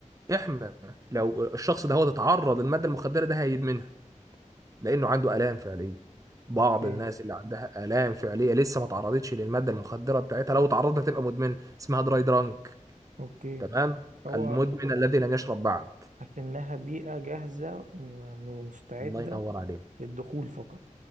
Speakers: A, on the right; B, on the right.
A: احنا لو الشخص ده هو اتعرض للماده المخدره ده هيدمنها لانه عنده الام فعليه بعض
B: اوكي
A: الناس اللي عندها الام فعليه لسه ما تعرضتش للماده المخدره بتاعتها لو اتعرضت هتبقى مدمنه اسمها دراي درانك
B: اوكي
A: تمام
B: هو
A: المدمن الذي لم يشرب بعد
B: إنها بيئة جاهزة وم- ومستعدة
A: الله ينور عليك
B: للدخول فقط